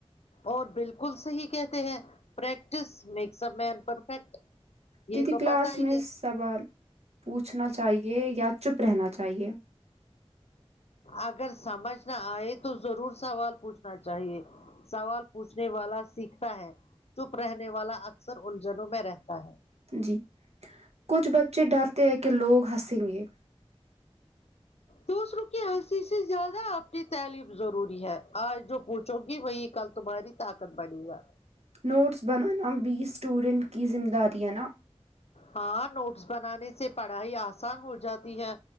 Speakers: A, on the left; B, on the right.
A: اور بالکل صحیح کہتے ہیں practice makes a man perfect یہ
B: دیدی
A: تو
B: کلاس
A: پت ہی
B: میں
A: یہ
B: سوال پوچھنا چاہیے یا چپ رہنا چاہیے
A: اگر سمجھ نہ آئے تو تو ضرور سوال پوچھنا چاہیے سوال پوچھنے والا سیکھتا ہے چپ رہنے والا اکثر الجھنوں میں رہتا ہے
B: جی کچھ بچے ڈرتے ہے کہ لوگ ہنسیں گے
A: دوسروں کی ہنسی سے زیادہ آنی تعلیم ضروری ہے آج جو پوچھو گی وہی کل تمہاری طاقت بڑی گا
B: نوٹس بنانا بیس اسٹوڈنٹ کی ذمہ داریاں نا
A: ہاں نوٹس بنانے سے پڑھائی آسان ہو جاتی ہے